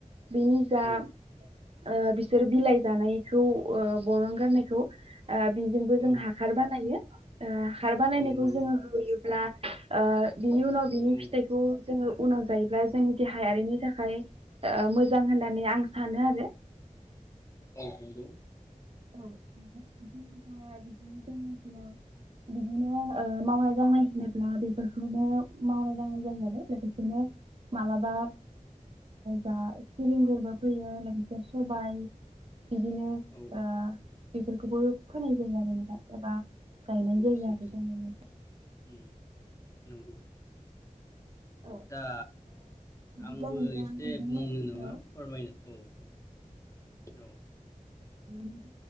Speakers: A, on the right (about 45°); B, on the left (about 20°).
A: बिनि जा
B: औ
A: ओ बिसोर बिलाइ जानायखौ ओ बरन गारनायखौ आ बिजोंबो
B: नंगौ
A: जों हासार बानायो ओ हासार बानायनायखौ
B: औ नंगौ सैथो
A: जोङो होयोब्ला आ बिनि उनाव बिनि
B: औ
A: फिथाइखौ जोङो उनाव जायोब्ला जोंनि देहायारिनि थाखाय ओ मोजां होननानै आं सानो आरो
B: औ नंगौ
A: औ नोंथां बिदिनो जोंनि ओनसोलाव ओ मावनाय दांनाय होनोब्ला ब्ला बेफोरखौनो मावनाय दांनाय जायो आरो आरो लोगोसेनो मालाबा जा सिलिंगोरोबो फैयो सबाय बिदिनो
B: <inaudible>
A: ओ बेफोरखौबो फोनाय जायो आरो नोंथां एबा गायनाय
B: औ
A: जायो
B: सैथो
A: आरो जों
B: उम नंगौ
A: औ ओ
B: दा
A: बिदिब्ला
B: आंबो
A: नोंथां
B: एसे
A: नोंथांमोननि
B: बुंनो नङा
A: ओनसोलाव
B: फोरमायनो औ औ औ
A: उम